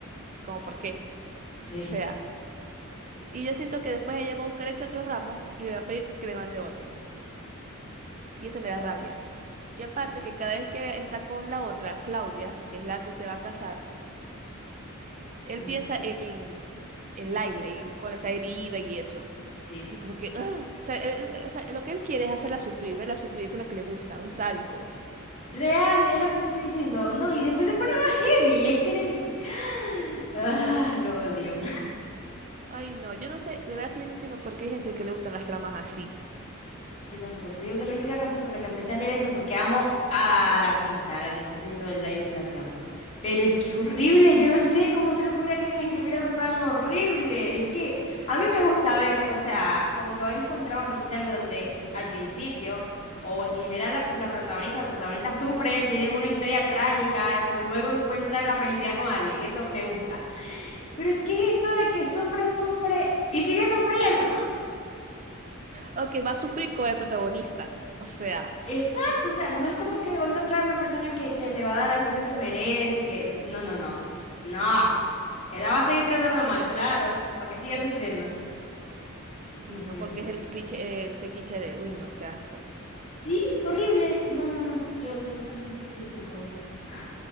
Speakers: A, on the right; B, on the left.
A: como por qué.
B: Sí,
A: O sea, y yo siento que después ella va a buscar ese otro ramo y le va a pedir que le mande otro. Y eso me da rabia. Y
B: sí,
A: aparte que cada vez que está con la otra, Claudia, que es la que se va a casar, él
B: ujú,
A: piensa en, en Laila y cuando está herida y eso.
B: sí.
A: Y como que, ¡ah! O sea, él- él- o sea, lo que él quiere es hacerla sufrir, verla sufrir, eso es lo que le gusta, un sádico.
B: Real, es lo que te estoy diciendo. No, y después se pone más heavy. Es que... de que- <gasps> Ah, lo odio.
A: Ay, no, yo no sé, de verdad que yo no entiendo por qué hay gente que le gustan las tramas así.
B: Yo tampoco. Te digo que la única razón por la que empecé a leer eso es porque amo a la artista, a la que está haciendo la ilustración. Pero es que es horrible. Yo no sé cómo se le ocurre a alguien escribir algo tan horrible. Es que a mí me gusta ver, o sea, como que vainas con trama, por decirte algo, donde al principio o en general la, la protagonista o el protagonista sufren, tienen una historia trágica, pero luego encuentran la felicidad con alguien. Eso me gusta. Pero ¿qué es esto de que sufre, sufre y sigue sufriendo?
A: O que va a sufrir como el protagonista. O sea.
B: Exacto, o sea, no es como que va a encontrar una persona que, que le va a dar al fin lo que merece, que no, no, no, no, él la va a seguir tratando mal, claro, para que siga sufriendo.
A: Ay,
B: No
A: no,
B: puede
A: porque
B: ser.
A: es el cliché, el fetiche del, uy, no, qué asco.
B: Sí, horrible. No, no, no, yo, yo ando en sufrición con esa cosa.